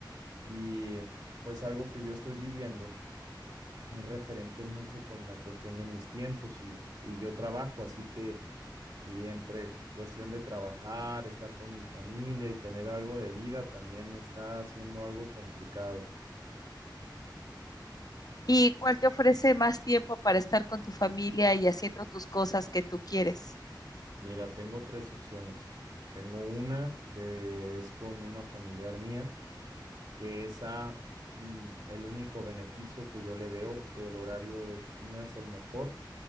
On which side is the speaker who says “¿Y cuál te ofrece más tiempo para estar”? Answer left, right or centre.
Left